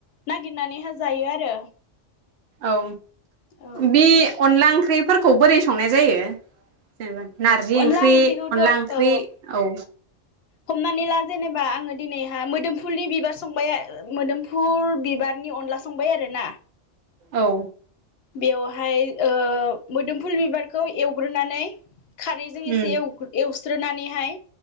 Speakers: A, on the left; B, on the right.
A: नागिरनानै हो जायो आरो
B: औ
A: औ
B: बे अनला ओंख्रि फोरखौ बोरै संनाय जायो जेनेबा नारजि
A: अनला
B: ओंख्रि
A: ओंख्रिखौथ'
B: अनला
A: औ
B: ओंख्रि औ
A: हमनानै ला जेनेबा आङो दिनैहहा मोदोम फुलनि बिबार संबाय मोदोमफुल बिबारनि अनला संबाय आरोना
B: औ
A: बेवहाय ओ मोदोमफुल बिबारखौ एवग्रोनानै खारैजों एसे
B: उम
A: एवस्रोनानैहाय